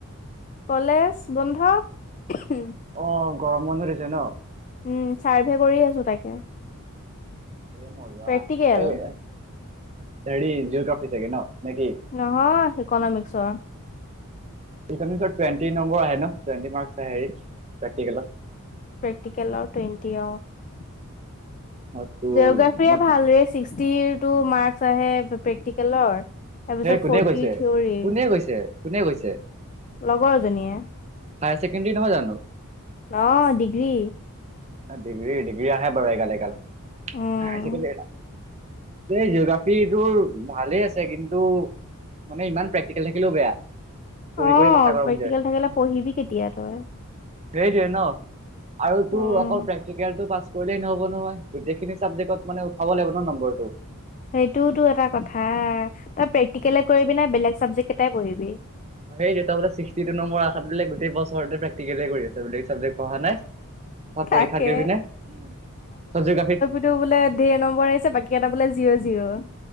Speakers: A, on the left (about 35°); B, on the right (about 30°).
A: কলেজ বন্ধ। <unintelligible>
B: অ'! গৰম বন্ধ দিছে ন'?
A: উম, চাৰ্ভে কৰি আছোঁ, তাকে।
B: এই মজা!
A: প্ৰেক্টিকেল?
B: এই, সেৰি, জিঅ'গ্ৰাফী চাগে ন' নেকি?
A: নহয়, ইকনমিক্সৰ।
B: ইকনমিক্সৰ টুৱেণ্ট নম্বৰ আহে ন', টুৱেন্টি মাৰ্ক্স আহে, <unintelligible> প্ৰেক্টিকেলত?
A: প্ৰেক্টিকেল টুৱেন্টি, অ'!
B: অ তোৰ
A: জিঅ'গ্ৰাফীয়ে
B: মানে
A: ভালৰে, তিৰ টো মাৰ্কচ আহে প্ৰেক্টিকেলৰ তাৰপিছত
B: সেই কোনে
A: ফৰটি
B: কৈছে
A: থিয়ৰী
B: কোনে কৈছে কোনে কৈছে
A: লগৰ এজনীয়ে
B: হায় ছেকেণ্ডেৰী নহয় জানো
A: অঁ ডিগ্ৰী
B: ডিগ্ৰী ডিগ্ৰী আহে বাৰু এগাল‌-এগাল
A: উম।
B: হাই ছেকেণ্ডাৰী। এই জিঅগ্ৰাফিটো ভালে আছে কিন্তু মানে ইমান প্ৰেক্ প্ৰেক্টিকেল থাকিলেও বেয়া কৰি
A: অ'
B: কৰি মাথা গৰম
A: প্ৰেক্টিকেল
B: হৈ যায়।
A: থাকিলে পঢ়িবি কেতিয়া তই
B: সেইটোৱে ন' আৰু তোৰ
A: উম।
B: অকল প্ৰেক্টিকেলটো পাছ কৰিলেই নহব নহয় গোটেইখিনি চাবজেকট মানে উঠাব লাগিব ন' নম্বৰটো।
A: সেইটোওঁতো টো এটা কথা তই প্ৰেক্টিকেলে কৰিবি নে বেলেগ চাবজেক্ট কেইটাই পঢ়িবি?
B: সেই দুটা বুলে ছিক্টি টো নম্বৰ আসাত বোলে গোটই বছৰ তোৱে বেগ প্ৰেক্টিকেলে কৰি আছে বেলেগ চাবজেক্ট পঢ়া নাই পৰীক্ষাত
A: তাকে
B: গৈ পিনে <unintelligible>
A: সেইটোত বোলে ডেৰ নম্বৰ আহিছে বাকী এটা বোলে জিৰ' জিৰ'।